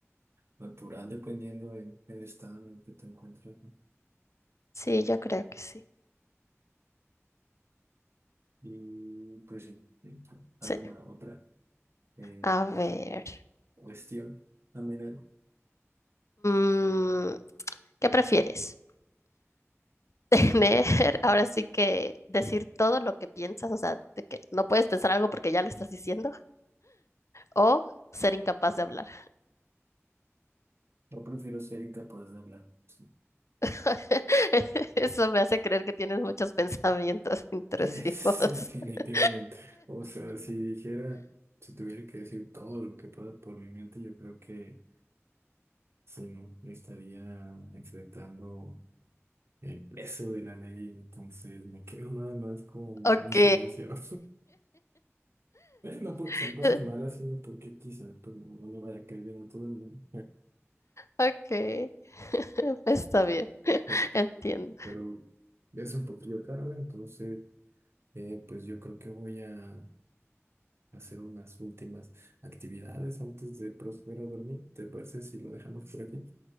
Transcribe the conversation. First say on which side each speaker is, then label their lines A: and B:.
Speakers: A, on the right (about 55°); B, on the left (about 70°).
A: natural dependiendo del estado en el que te encuentras, ¿no?
B: sí, yo creo que sí.
A: Y pues sí, eh, alguna
B: Sí.
A: otra eh,
B: A ver.
A: cuestión. Ah, mira,
B: mm, ¿qué prefieres? tener, <laughs> ahora sí que decir todo lo que piensas, o sea, de que no puedes pensar algo porque ya lo estás diciendo, o ser incapaz de hablar.
A: Yo prefiero ser incapaz de hablar. Sí. <laughs>
B: <laughs> Eso me hace creer que tienes muchos pensamientos <laughs> intrusivos.
A: Es
B: <laughs>
A: definitivamente. O sea, si dijera, si tuviera que decir todo lo que pasa por mi mente, yo creo que sí, no, estaría enfrentando el peso de la ley, entonces me quedo nada más con
B: Ok,
A: mi silencio. <laughs> Eh, no porque
B: <laughs>
A: sean cosas malas, sino porque quizá pues, no le vaya a caer bien a todo el mundo.
B: ok, <laughs> está bien,
A: <laughs> eh,
B: entiendo.
A: pero ya es un poquito tarde, entonces eh, pues yo creo que voy a hacer unas últimas actividades antes de proceder a dormir. ¿Te parece si lo dejamos por aquí?